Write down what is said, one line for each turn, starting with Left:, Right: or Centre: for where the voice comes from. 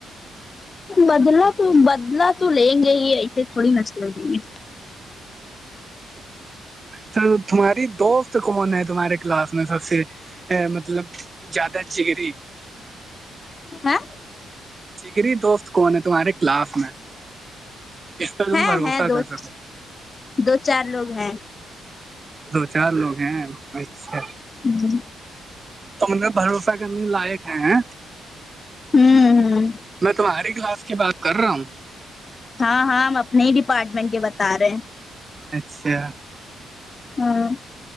Left: بدلا تو بدلا تو لیں گے ہی ایسے تھوڑی نہ چھوڑ دیں گے
Right: تو تمہاری دوست کون ہے تمہارے کلاس میں سب سے مطلب زیادہ جگری
Left: ہاں
Right: جگری دوست کون ہے تمہارے کلاس میں جس پر
Left: ہیں
Right: تم بھروسہ
Left: ہیں دو
Right: کر سکو
Left: دو چار لوگ ہیں
Right: دو چار لوگ ہیں اچھا
Left: <unintelligible>
Right: تو ان میں بھروسہ کرنے لائق ہیں
Left: ہوں ہوں
Right: میں تمہاری کلاس کی بات کر رہا ہوں
Left: ہاں ہاں ہم اپنے ہی ڈپارٹمنٹ کے بتا رہے ہیں
Right: اچھا
Left: ہاں